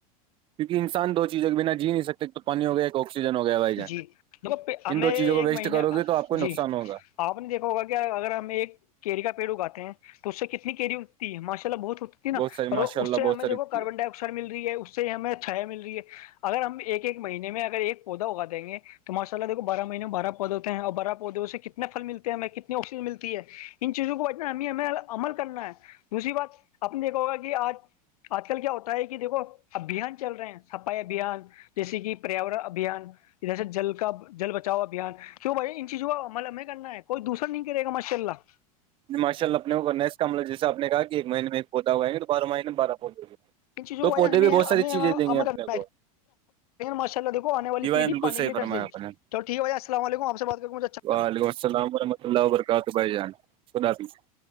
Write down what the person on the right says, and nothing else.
کیکہ انسان دو چیز ا بنا جی نہیں سکتے تو پانی ہو گیا آکسیجن ہو گیا بھائی جان
ان دو
چیزوں کو ویسٹ
کرو گی تو آپ کو
نقصان ہوگا
بہت ساری
ماشاء اللہ
بہت ساری
چیزیں۔
ماشاءلہ اپنے کونا اس کا مل جس آ نے کہ ایک مہینے میں پھود ہوگائیںے تو بارہ مہینے بارہ پودے ہوگئے
تو
پودے
بھی بہت
ساری چیزیں
دیں گے اپنے
کو
جی بھائی بالکل
صحیح
فرمایا
آپ نے
وعلیکم السلام ورحمۃ اللہ و برکاتہ بھائی جان خدا بھی